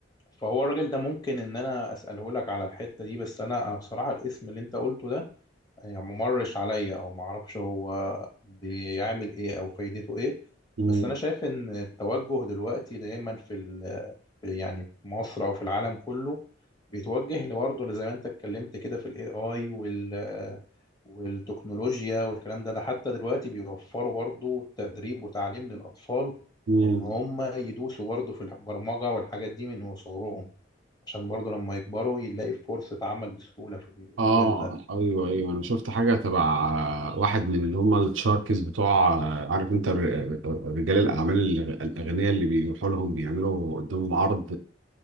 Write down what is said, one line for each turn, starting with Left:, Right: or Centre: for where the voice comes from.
Left: فهو الراجل ده ممكن ان انا اساله لك على الحته دي بس انا انا بصراحه الاسم اللي انت قلته ده يعني ممرش عليا او ما اعرفش هو بيعمل ايه او فايدته ايه
Right: مم.
Left: بس انا شايف ان التوجه دلوقتي دايما في ال- يعني في مصر او في العالم كله بيتوجه لبرضه زي ما انت اتكلمت كده في الاي اي وال والتكنولوجيا والكلام ده ده حتى دلوقتي بيوفروا برضه تدريب وتعليم للاطفال
Right: مم.
Left: ان هم يدوسوا برضه في البرمجه والحاجات دي من وصغرهم عشان برضه لما يكبروا يلاقي فرصة عمل بسهولة في المجال
Right: اه
Left: ده
Right: ايوه ايوه انا شفت حاجه تبع واحد من اللي هم التشاركس بتوع عارف انت الر- رجال الاعمال الأغ- الاغنياء اللي بيروحوا لهم بيعملوا قدامهم عرض